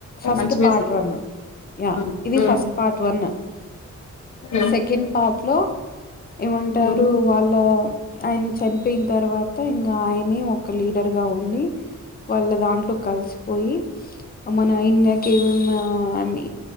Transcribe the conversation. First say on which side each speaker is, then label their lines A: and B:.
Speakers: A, on the left; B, on the left.
A: ఫస్ట్
B: మంచి message
A: part one yeah
B: um
A: ఇది
B: um
A: first part one
B: um
A: second part లో ఏమంటారు
B: ఉమ్
A: వాళ్ళ ఆయన చనిపోయిన తర్వాత ఇంగ ఆయనే ఒక లీడర్‌ గా ఉండి వాళ్ళ దాంట్లో కలిసిపోయి మన ఇండియాకి ఏమేమి